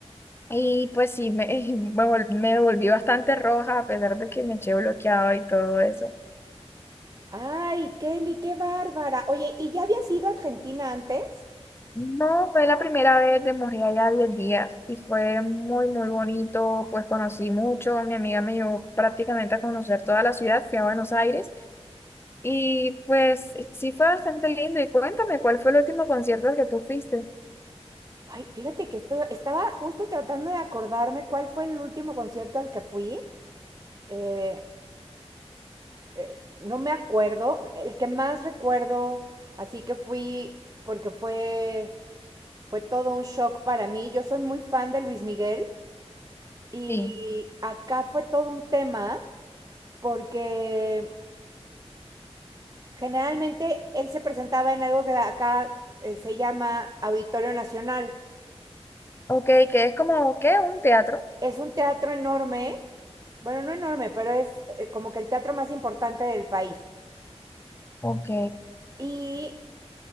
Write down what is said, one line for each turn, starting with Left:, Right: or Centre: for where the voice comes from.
Left: Y pues sí, me, <laughs> me, vol- me volví bastante roja a pesar de que me eché bloqueado y todo eso.
Right: Ay, Kelly, qué bárbara. Oye, ¿y ya habías ido a Argentina antes?
Left: No, fue la primera vez, de morir allá 10 días y fue muy, muy bonito, pues conocí mucho, mi amiga me llevó prácticamente a conocer toda la ciudad, fui a Buenos Aires Y pues sí fue bastante lindo. Y cuéntame, ¿cuál fue el último concierto al que tú fuiste?
Right: Ay, fíjate que esto, estaba justo tratando de acordarme cuál fue el último concierto al que fui. eh, eh, no me acuerdo, el que más recuerdo, así que fui, porque fue, fue todo un shock para mí. Yo soy muy fan de Luis Miguel y
Left: Sí,
Right: acá fue todo un tema porque generalmente él se presentaba en algo que acá eh, se llama Auditorio Nacional.
Left: Ok, que es como, ¿qué? Un teatro.
Right: Es un teatro enorme, bueno, no enorme, pero es eh, como que el teatro más importante del país.
Left: ok,
Right: Y